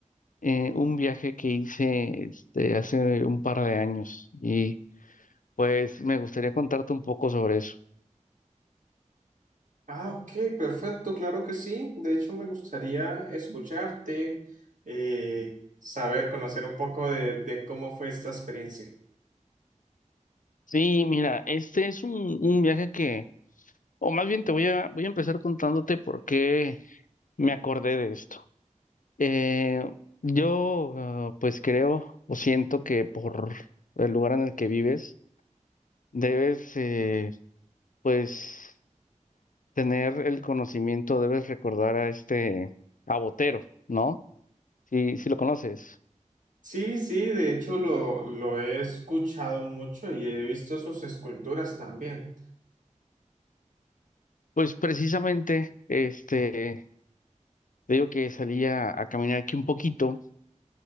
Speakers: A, on the left; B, on the right.
A: eh, un viaje que hice este, hace un par de años, y pues me gustaría contarte un poco sobre eso.
B: Ah, ok, perfecto, claro que sí. De hecho, me gustaría escucharte, eh, saber, conocer un poco de, de cómo fue esta experiencia.
A: Sí, mira, este es un, un viaje que, o más bien te voy a, voy a empezar contándote por qué me acordé de esto. Eh, yo, ah, pues creo o siento que por el lugar en el que vives, debes, eh, pues, tener el conocimiento, debes recordar a este, a Botero, ¿no? Si, si lo conoces.
B: Sí, sí, de hecho lo, lo he escuchado mucho y he visto sus esculturas también.
A: Pues precisamente, este, te digo que salía a a caminar aquí un poquito